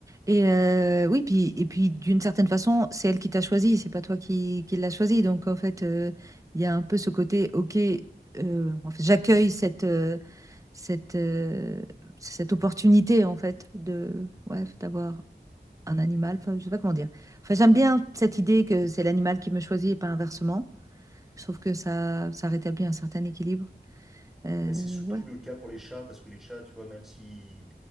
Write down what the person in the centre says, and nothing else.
Mais c'est surtout
le cas pour les chats, parce que les chats, tu vois, même si,